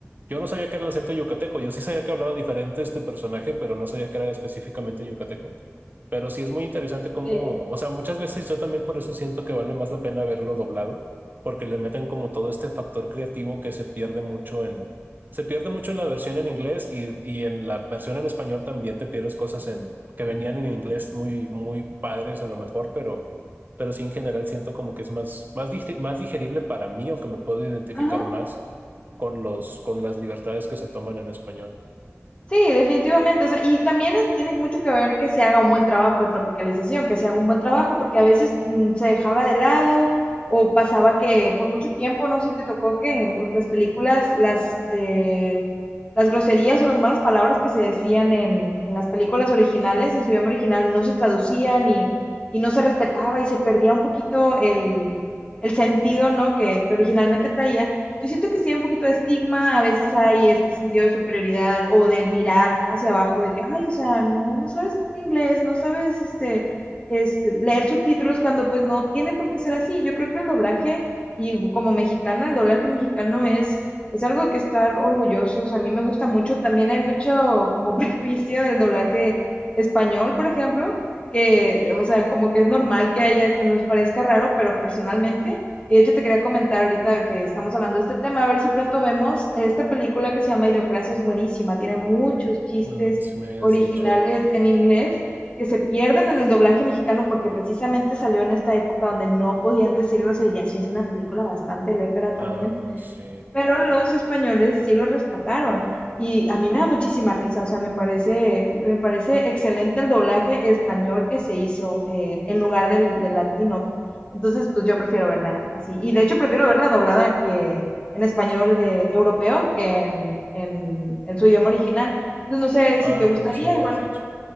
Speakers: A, on the right; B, on the left.
A: yo no sabía que era el acento yucateco, yo sí sabía que hablaba diferente este personaje, pero no sabía que era específicamente yucateco. Pero sí es muy interesante cómo,
B: Sí.
A: o sea, muchas veces yo también por eso siento que vale más la pena verlo doblado, porque le meten como todo este factor creativo que se pierde mucho en, se pierde mucho en la versión en inglés y, y en la versión en español también te pierdes cosas en, que venían en inglés muy, muy padres a lo mejor, pero, pero sí en general siento como que es más, más, dig- más digerible para mí o que me puedo identificar
B: Ajá.
A: más con los, con las libertades que se toman en español.
B: Sí, definitivamente. O sea, y también es- tiene mucho que ver que se haga un buen trabajo de tropicalización, que se haga un buen trabajo, porque a veces mm, se dejaba de lado o pasaba que por mucho tiempo, no sé si te tocó que en las películas, las, eh, las groserías o las malas palabras que se decían en, en las películas originales, en su idioma original, no se traducían y, y no se respetaba y se perdía un poquito el, el sentido, ¿no? que que originalmente traía. Yo siento que sí hay un poquito de estigma, a veces hay este sentido de superioridad o de mirar hacia abajo, de que, ay, o sea, no, no sabes inglés, no sabes este, este, leer subtítulos cuando pues no tiene por qué ser así. Yo creo que el doblaje, y como mexicana, el doblaje mexicano es, es algo de que estar orgullosos. A mí me gusta mucho, también hay mucho como <laughs> prejuicio del doblaje español, por ejemplo, que, o sea, como que es normal que haya, se nos parezca raro, pero personalmente y de hecho te quería comentar ahorita que estamos hablando de este tema, a ver si pronto vemos esta película que se llama Idiocracia, es buenísima, tiene muchos chistes
A: Ah, sí me habías
B: originales
A: dicho.
B: en inglés que se pierden en el doblaje mexicano porque precisamente salió en esta época donde no podían decir groserías y es una película bastante lépera
A: Ah,
B: también.
A: sí.
B: Pero los españoles sí lo respetaron. Y a mí me da muchísima risa, o sea, me parece, me parece excelente el doblaje español que se hizo eh, en lugar del, del latino. Entonces, pues yo prefiero verla así. Y de hecho prefiero verla doblada que en español eh, europeo que en, en, en su idioma original. Entonces, no sé si
A: Ah,
B: te gustaría,
A: creo que sí me
B: igual,
A: habías dicho.